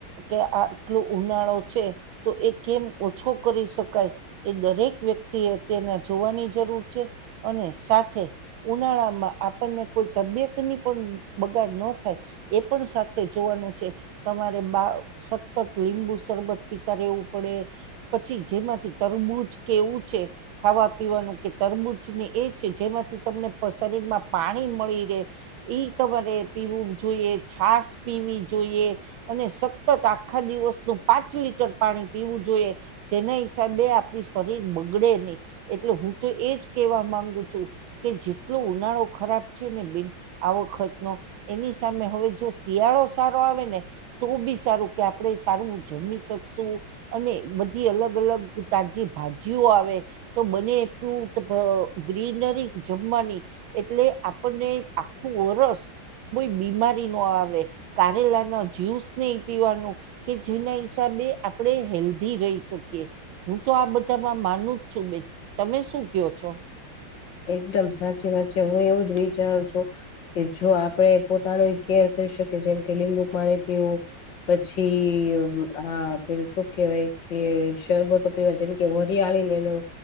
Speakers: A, on the right (about 75°); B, on the left (about 65°).
A: કે આ આટલો ઉનાળો છે, તો એ કેમ ઓછો કરી શકાય એ દરેક વ્યક્તિ અત્યના જોવાની જરૂર છે, અને સાથે ઉનાળામાં આપણને કોઈ, તબિયતની પણ બગાડ ન થાય એ પણ સાથે જોવાનું છે તમારે બા સતત લીંબુ શરબત પીતા રહેવું પડે પછી જેમાંથી તરબૂજ કેવું છે ખાવા પીવાનું કે તરબૂજને એ જેમાંથી તમને શરીરમાં પાણી મળી રહે એ તમારે પીવું જોઈએ છશ પીવી જોઈએ અને સતત આખા દિવસનું પાંચ લીટર પાણી પીવું જોઈએ જેના હિસાબે આપણી શરીર બગડે નહી એટલે હું તો એજ કેવા માંગુ કે જેટલો ઉનાળો ખરાબ છે ને આ વખતનો એની સામે હવે જો શિયાળો સારો આવે ને તો બી સારું કે આપણે સારું જમી શકશું અને બધી અલગ અલગ તાજી ભાજીઓ આવે તો બને એટલું ગ્રીનરી જમવાની એટલે આપણને આખું વરષ કોઈ બીમારી ન આવે કારેલા ના જ્યુસ નહી પીવાનું કે જેના હિસાબે આપણે હેલ્ધી રહી શકીએ હું તો આ બધામાં માનું જ છું બેન તમે શું કો છો
B: એકદમ સાચી
A: એકદમ
B: વાત છે
A: સાચી
B: હું
A: વાત
B: એવું જ વિચારું છું કે
A: છે.
B: જો આપણે
A: કે જો
B: પોતાનું
A: આપણે
B: કેર
A: પોતાનો
B: ક શકીએ
A: ઇતિહાસ
B: જેમ
A: જોઈ
B: કે
A: શકીએ
B: લીંબુ પાણી
A: જેમ કે લીંબુ
B: પીવું
A: પાણી
B: પછી આ પેલ શું કહેવાય કે શરબતો પીવાય છે જેમ કે વરિયાળી ને એનું